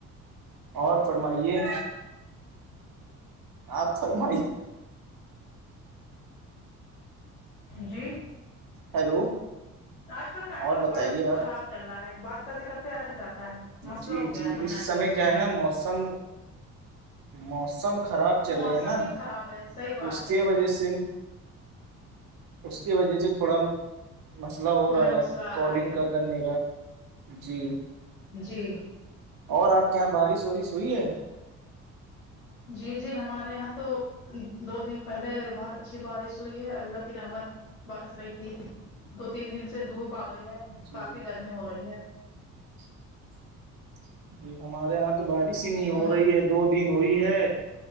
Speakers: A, on the right; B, on the left.
A: اور فرمائیے آپ فرمائی
B: جی
A: ہیلو
B: آج کل نیٹورک
A: اور بتائیے
B: بڑا
A: آپ
B: خراب چل رہا ہے بات کرتے کرتے اٹک جاتا ہے مسئلہ
A: جی
B: ہو گیا
A: جی
B: ہے
A: اس
B: نیٹ
A: سمے
B: ورک
A: کیا
B: میں
A: ہے نا موسم موسم خراب چل
B: موسم
A: رہا ہے نا
B: ہی خراب ہے صحیح
A: تو
B: بات
A: اس کے
B: ہے
A: وجہ سے <inaudible> اس کی وجہ سے تھوڑا مسئلہ ہو رہا
B: میں
A: ہے
B: مسئلہ آ رہا
A: کالنگ
B: ہے
A: کا کرنے کا جی
B: جی
A: اور آپ کے یہاں بارش وارش ہوئی ہے <inaudible>
B: جی جی ہمارے یہاں تو دو دن پہلے بہت اچھی بارش ہوئی ہے اللہ کی رحمت برس رہی تھی دو تین دن سے دھوپ آ گئی ہے
A: جی
B: کافی گرمی ہو رہی ہے
A: <unintelligible> جی ہمارے یہاں تو بارش ہی نہیں ہو
B: عمر
A: رہی ہے دو دن ہوئی ہے